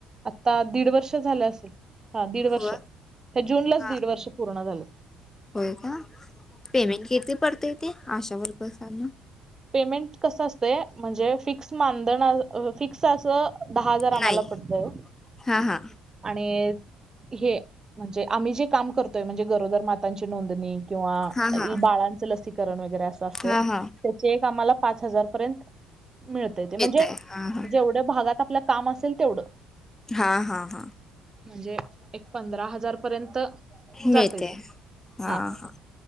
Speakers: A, on the right (about 25°); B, on the left (about 20°).
A: आत्ता दीड वर्ष झालं असेल. हा दीड वर्ष.
B: हो
A: ह्या जूनलाच
B: हा
A: दीड वर्ष पूर्ण झालं.
B: होय का? पेमेंट किती पडतेय हो ते? आशा वर्करसना.
A: पेमेंट कस असतए? म्हणजे फिक्स मानधन, फिक्स असं- दहा हजार आम्हाला
B: नाही
A: पडतय.
B: हा हा
A: आणि हे म्हणजे आम्ही जे काम करतोय. म्हणजे गरोदर मातांची नोंदणी किंवा-
B: हा हा
A: मग बाळाच लसीकरण वगैरे असं असतय.
B: हा हा
A: चेक आम्हाला पाच हजार पर्यंत मिळत. ते म्हणजे
B: आहे हा हा
A: जेवढ्या भागात आपलं काम असेल तेवढ.
B: हां हां हां
A: म्हणजे एक पंधरा हजार पर्यंत जातय.
B: मिळते
A: ते
B: हा
A: हां
B: हा